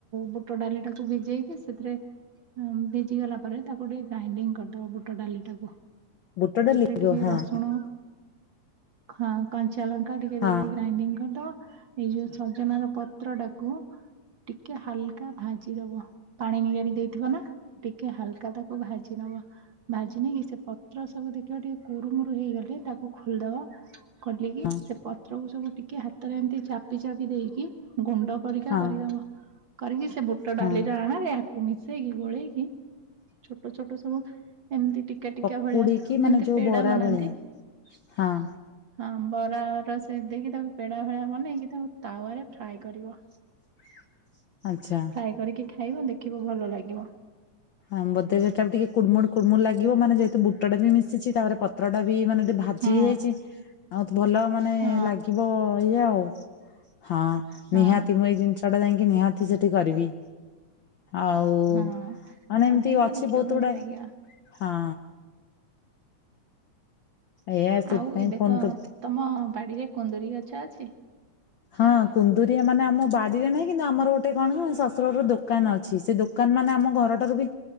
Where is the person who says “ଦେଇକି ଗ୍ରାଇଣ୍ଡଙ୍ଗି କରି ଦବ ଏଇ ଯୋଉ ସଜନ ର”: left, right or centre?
Right